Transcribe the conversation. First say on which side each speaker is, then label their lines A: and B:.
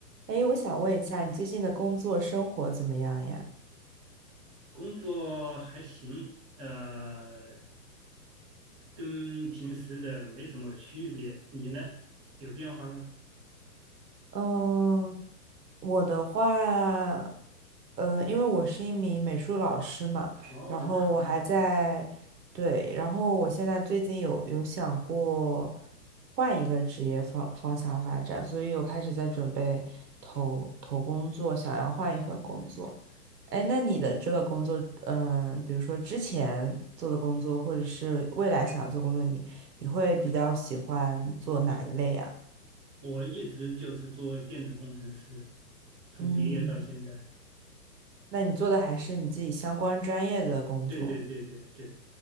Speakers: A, on the right; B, on the right.
A: 哎，我想问一下，你最近的工作生活怎么样呀？
B: 工作还行，呃，跟平时的没什么区别。你呢？有变化吗？
A: 嗯，我的话，呃，因为我是一名美术老师嘛，
B: 哦，
A: 然后我还在，
B: 那挺好的。
A: 对，然后我现在最近有有想过换一个职业方方向发展，所以我开始在准备投投工作，想要换一份工作。哎，那你的这个工作，嗯、比如说之前做的工作，或者是未来想要做工作，你你会比较喜欢做哪一类呀？
B: 我一直就是做电子工程师，从毕业到现在。
A: 嗯。那你做的还是你自己相关专业的工作，
B: 对对对对对，